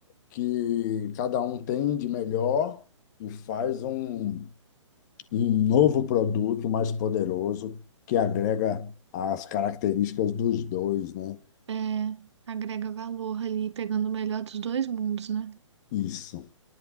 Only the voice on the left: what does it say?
que cada um tem de melhor e faz um, um novo produto mais poderoso que agrega as características dos dois, né?
Isso.